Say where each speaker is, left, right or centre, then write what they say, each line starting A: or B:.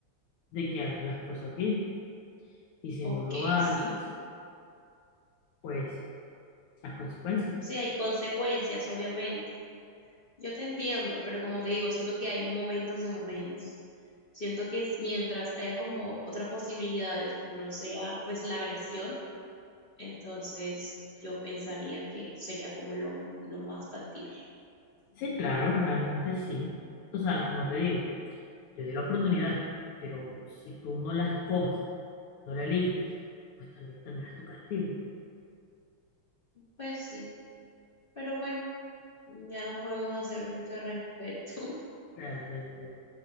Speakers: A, on the left; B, on the left.
A: de que hagas las cosas bien. Y si
B: Ok,
A: no lo haces,
B: sí.
A: pues, las consecuencias.
B: Sí, hay consecuencias, obviamente. Yo te entiendo, pero como te digo, siento que hay momentos de momentos. Siento que es mientras haya como otras posibilidades, no sea pues la agresión, entonces yo pensaría que sería como lo, lo más factible.
A: Sí, claro, realmente sí. O sea, como te digo, yo di la oportunidad, pero si tú no la escoges, no la eliges, pues también tendrás tu castigo.
B: Pues sí, pero bueno, ya no podemos hacer mucho al respecto. <laughs>
A: Realmente,